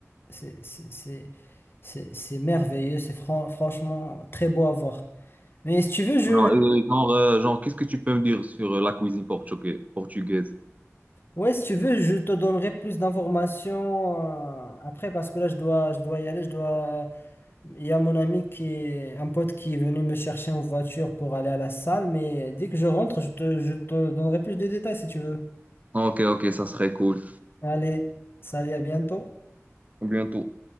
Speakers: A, on the left (about 45°); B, on the right (about 30°).
A: c'est c'est c'est- c'est c'est merveilleux, c'est fran- franchement très beau à voir. Mais si tu veux, je,
B: Non, euh, genre, euh, genre, qu'est-ce que tu peux me dire sur euh, la cuisine portugais- portugaise?
A: ouais, si tu veux, je te donnerai plus d'informations euh, après parce que là, je dois, je dois y aller. Je dois... Il y a mon ami qui est, un pote qui est venu me chercher en voiture pour aller à la salle. Mais dès que je rentre, je te, je te donnerai plus de détails si tu veux.
B: Ok, ok, ça serait cool.
A: Allez, salut, à bientôt.
B: À bientôt.